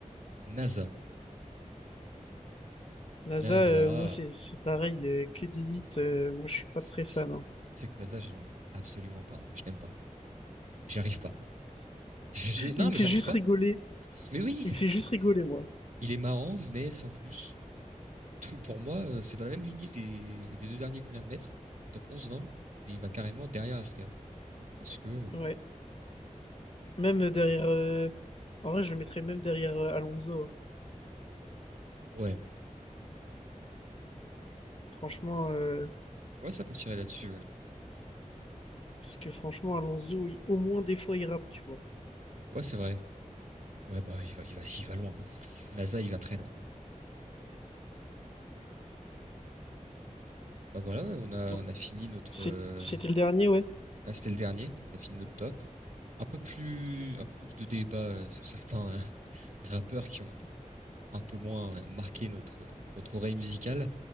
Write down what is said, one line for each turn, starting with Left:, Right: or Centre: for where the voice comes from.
Right: NASA.
Left: NASA,
Right: NASA,
Left: euh, moi, c'est, c'est pareil, euh, que des hits. euh, moi, je suis pas
Right: c'est
Left: très fan, hein.
Right: c'est que NASA j'aime absolument pas. hein. Je n'aime pas. J'arrive pas. <laughs> Je non
Left: Il me
Right: mais
Left: fait
Right: j'arrive
Left: juste
Right: pas.
Left: rigoler.
Right: Mais oui,
Left: Il
Right: c'est-
Left: me fait juste
Right: c'est-
Left: rigoler, moi.
Right: il est marrant mais sans plus. Donc, pour moi euh, c'est dans la même lignée des, des deux derniers qu'on vient de mettre, top 11-20, mais il va carrément derrière Arca parce que euh,
Left: Ouais. Même derrière euh, En vrai, je le mettrais même derrière euh, Alonso. hein.
Right: ouais.
Left: Franchement, euh,
Right: Ouais, ça partirait là-dessus, ouais.
Left: parce que franchement, Alonso, il- au moins des fois, il rappe, tu vois.
Right: Ouais, c'est vrai. Ouais, bah, il va, il va, il va loin. hein. NASA, il va très loin. Bah voilà, on a,
Left: Donc,
Right: on a fini notre.
Left: c'est-
Right: euh,
Left: c'était le dernier, ouais.
Right: ah, c'était le dernier. On a fini notre top. Un peu plus, un peu plus de débat euh, sur certains euh, <laughs> rappeurs qui ont un peu moins euh, marqué notre, euh, notre oreille musicale,